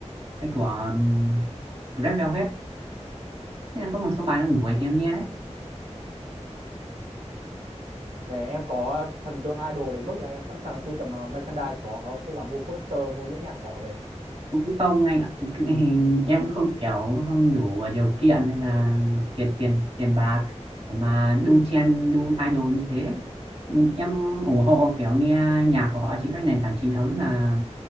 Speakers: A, on the right; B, on the right.
A: hay của um, Red Velvet Thế là có một số bài nó nổi thì em nghe
B: nè em có thần tượng idol đến mức là em sẵn sàng sưu tầm ờ, merchandise của họ không tức là mua poster mua đĩa nhạc của họ về
A: cũng không anh ạ Cái hình em cũng không kiểu không đủ điều kiện hay là tiền tiền tiền bạc để mà đu chen đu idol như thế Ừ, em ủng hộ kiểu nghe nhạc của họ trên các nền tảng chính thống là